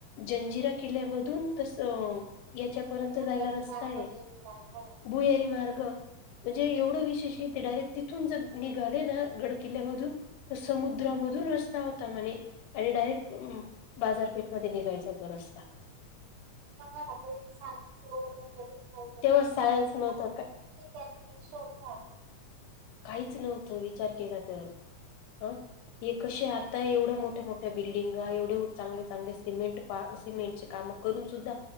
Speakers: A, on the left (about 80°); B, on the right (about 80°).
A: जंजिरा किल्ल्यामधून तसं याच्यापर्यंत <unintelligible>
B: भुयारी
A: जायला रस्ता
B: मार्ग
A: आहे
B: गेलेला आहे हो
A: भुहेरी मार्ग म्हणजे एवढं विशेष ते डायरेक्ट तिथून ज निघाले ना गडकिल्ल्यामधून तर समुद्रामधून रस्ता होता म्हणे आणि डायरेक्ट म बाजारपेठ मध्ये निघायचा तो रस्ता <unintelligible>
B: <inaudible>
A: तेव्हा सायन्स
B: तरी सुद्धा
A: नव्हतं का
B: किती त्यांनी शोध लावले
A: काहीच नव्हतं विचार केला तर अं हे कसे आता एवढ्या मोठ्या मोठ्या बिल्डिंगा एवढे चांगले चांगले सिमेंट पार सिमेंटचे काम <unintelligible> करून सुद्धा